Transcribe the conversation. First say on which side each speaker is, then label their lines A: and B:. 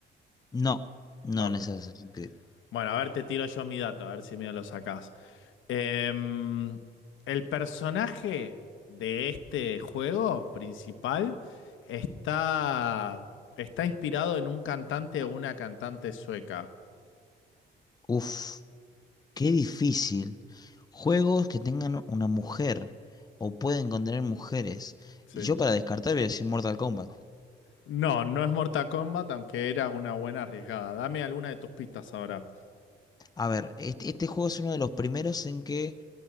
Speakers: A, on the left; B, on the left.
A: No, no,
B: Ok.
A: no es así.
B: Bueno, a ver, te tiro yo mi dato, a ver si me lo sacás. Em, el personaje de este juego principal está, está inspirado en un cantante o una cantante sueca.
A: Uf, qué difícil. Juegos que tengan una mujer o pueden contener mujeres.
B: Sí.
A: Yo para descartar voy a decir Mortal Kombat.
B: No, no es Mortal Kombat, aunque era una buena arriesgada. Dame alguna de tus pistas ahora.
A: A ver, este, este juego es uno de los primeros en que